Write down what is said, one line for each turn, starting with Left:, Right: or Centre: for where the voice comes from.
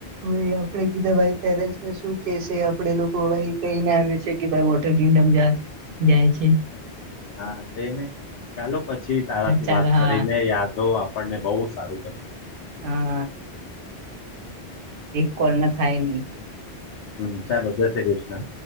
Right: ભાઈ આપણે કીધા ભાઈ ત્યારેજ શું કે છે આપડે લોકો ભાઈ કહીને આવે છે કે ભાઈ વોટર કિંગડમ જા જાય છે.
Left: હા તે ને ચાલો. પછી તારાથી
Right: ચાલ
Left: વાત
Right: હા
Left: કરીને યાદો આપણને બહુ સારું ગમ્યું.
Right: હા એક કોલમાં થાય નહી.
Left: હમ્મ ચાલો જય શ્રી કૃષ્ણ.